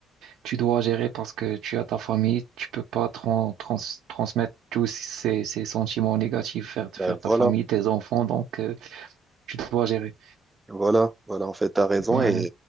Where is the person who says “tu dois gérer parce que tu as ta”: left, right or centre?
Right